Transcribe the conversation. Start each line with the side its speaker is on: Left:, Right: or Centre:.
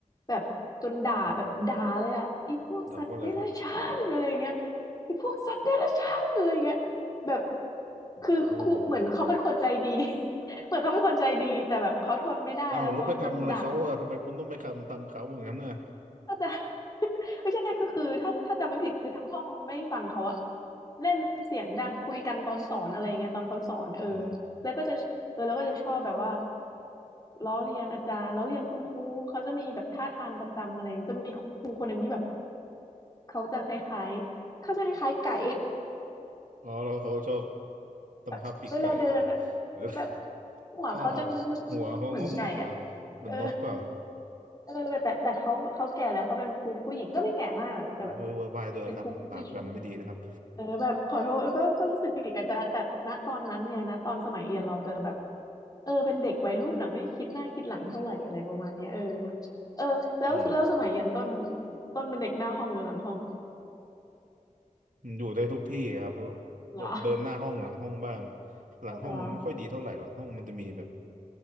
Left: แบบจนด่าแบบด่าเลยอะอีพวกสัตว์เดรัจฉานอะไรเงี้ย
Right: โอ้ด่าว่าอะไรครับ
Left: อีพวกสัตว์เดรัจฉานอะไรเงี้ยแบบ
Right: โอ
Left: คือครูเหมือนเขาเป็นคนใจดี
Right: ้
Left: เหมือนเขาเป็นคนใจดีแต่แบบเขาทนไม่ได้แล้วเขาจนด่า
Right: อ้าวแล้วไปทำอะไรเขาอ่ะทำไมคุณต้องไปทำทำเขาอย่างนั้นน่ะ
Left: ก็จะ <laughs> ไม่ใช่ก็คือถ้าถ้าจำไม่ผิดคือทั้งห้องไม่ฟังเขาอะเล่นเสียงดังคุยกันตอนสอนอะไรอย่างเงี้ยตอนเขาสอนเออ
Right: อืม
Left: แล้วก็จะเออแล้วก็จะชอบแบบว่าล้อเลียนอาจารย์ล้อเลียนคุณครูเขาจะมีแบบท่าทางประจำอะไรอย่างเงี้ยจะมีครูคนหนึ่งที่แบบเขาจะคล้ายๆเขาจะคล้ายๆไก่
Right: อ๋อแล้วเขาชอบ
Left: <laughs>
Right: ทำท่าปีกไก่เหรอ
Left: แบบเวลาเดินอะ
Right: หรือ
Left: แบบ
Right: <laughs>
Left: หัวเขาจะงึกๆๆๆเหมือนไก่อะ
Right: อ๋ออ๋ออ๋อหัวเขางกงกเหรอ่ะมันนกเปล่า
Left: เออ เออแต่แต่แต่เขาเขาแก่แล้วเขาเป็นครูผู้หญิงก็ไม่แก่มากหรอกแต่แบบ
Right: โอ้ยโวยวายเวยครับบาปกรรมไม่ดีนะครับ
Left: เป็นครูผู้หญิงอะไรอย่างเงี้ยเออแบบขอโทษก็ก็รู้สึกผิดกับอาจารย์แต่ณตอนนั้นไงณตอนสมัยเรียนเราจะแบบเออเป็นเด็กวัยรุ่นอ่ะไม่คิดหน้าคิดหลังเท่าไหร่อะไรประมาณเนี้ยเออเออแล้วแล้วสมัยเรียนต้น
Right: อืม
Left: ต้นเป็นเด็กหน้าห้องหรือหลังห้องอะ
Right: มันอยู่ได้ทุกที่ครับเพราะเดินเดินหน้าห้องหลังห้องบ้าง
Left: เหรอ
Right: หลังห้องไม่ค่อยดีเท่าไหร่หลังห้องมันจะมีแบบ
Left: เหรอ